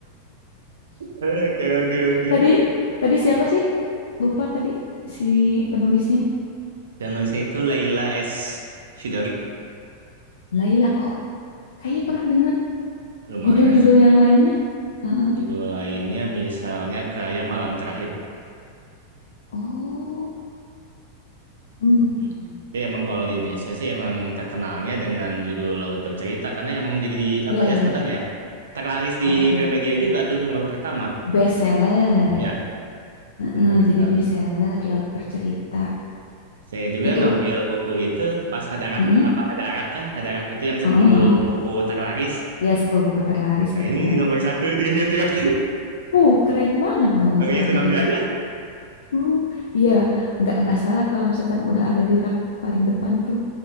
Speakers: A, on the right; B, on the left.
A: Oke oke oke.
B: Tadi tadi siapa sih? Lupa tadi si penulisnya.
A: Dan nulisnya itu Laila S. Shidori.
B: Laila. Oh, kayaknya pernah dengar
A: Lumayan
B: judul-judul
A: sih.
B: yang lainnya. Heeh.
A: Judul lainnya misalnya kayak Malam Terakhir.
B: Oh. Hmm.
A: Hmm. Tapi emang kalau di Indonesia sih emang terkenalnya dengan judul Laut Bercerita karena emang jadi di, apa
B: Iya,
A: ya
B: iya,
A: sebutannya
B: iya.
A: ya? Terlaris di
B: Apa tuh?
A: Gramedia juga tuh nomor pertama.
B: Bestseller.
A: Ya,
B: Heeh,
A: benar
B: jadi
A: sekali.
B: bestseller Laut Bercerita.
A: Saya juga
B: Itu,
A: ngambil buku itu pas ada rak
B: heeh,
A: apa ada rak kan ada rak itu yang sepuluh
B: heeh, heeh.
A: buku terlaris.
B: Ya sepuluh buku terlaris
A: Nah
B: gitu
A: ini
B: kan.
A: nih nomor satu dilihat di rak.
B: Uh, keren banget
A: <laughs>
B: dong
A: Makanya
B: kalau
A: langsung
B: kayak
A: ngambil
B: gitu.
A: aja.
B: Uh, iya, nggak nggak salah kalau misalkan udah ada di rak paling depan tuh.